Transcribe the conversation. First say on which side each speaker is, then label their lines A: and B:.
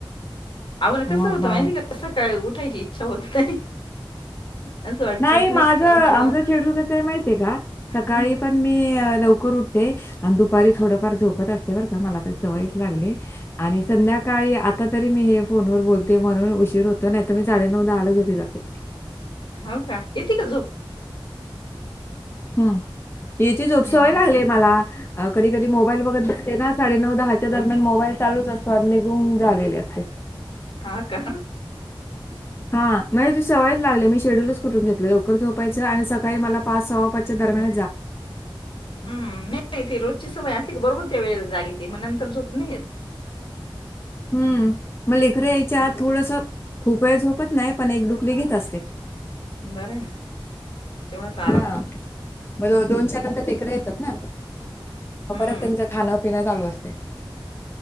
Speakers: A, on the left; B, on the left.
A: आवला कसं
B: मग
A: होत माहिती
B: मला
A: कसं काय उठायची इच्छा होत असं वाटत
B: नाही माझं आमचं
A: उठावं.
B: चेडू कसं आहे माहित सकाळी
A: हं,
B: पण मी कर उठते आणि दुपारी थोडफार झोपत असते बर का मला तर सवयच लागली आणि संध्याकाळी आता तरी मी हे फोनवर बोलते म्हणून उशीर होतो नाही तर मी साडे नऊ दहा आला झोप जाते
A: हो का येते का झोप
B: हम याची झोपसवय
A: हं, हं.
B: लागली मला कधी कधी मोबाईल बघत बसते ना साडे नऊ दहाच्या दरम्यान मोबाईल चालूच असतो आणि निघून झालेले असते
A: हा का
B: <unintelligible> हां म्हणजे ती सवयच लागली मी शेड्यलच कुून घेतले लवकर थोपायं आणि सकाळी मला पाच सववा पाचच्या दरम्यान
A: ्म त रोजची सवय बरोबर त्या वेळेला जागे त मग नंतर झोप नाही येत
B: हम्म मग लेकर
A: हं,
B: यायच्या आत थोडस खूप वेळ झोपत नाही पण एक दुखली घत असते
A: बर आहे ना तेवढाच आराम.
B: हा मग दोन चार नंतर लेकर आहेत
A: हं,
B: परत त्यांच खाण पिणं चालू असते